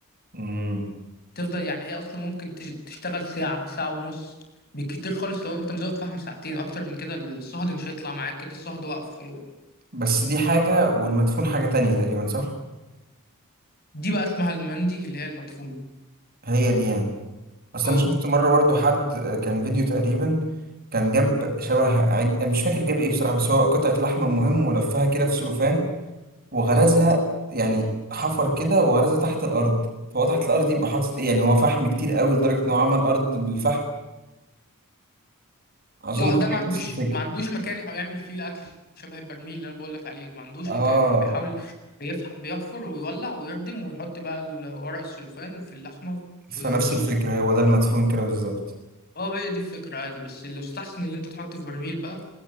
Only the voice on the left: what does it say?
تفضل يعني هي اصلا ممكن تش- تشتغل ساعه ساعه ونص بالكتير خالص لو انت مزود فحم ساعتين اكتر من كده الصهد مش هيطلع معاك كده الصهد واقف خلاص
دي بقى اسمها المندي اللي هي المدفونه
اه
اه
لا
ده ما عندوش
ما عندوش مكان هيعمل فيه الاكل شبه البرميل اللي انا بقول لك عليه ده ما عندوش
مكان فبيحاول بيف- بيحفر ويولع ويردم ويحط بقى ال- ورق السلوفان في اللحمه
ويردمه
بقى
اه هي دي الفكره عادي بس اللي يستحسن اللي انت تحطه في برميل بقى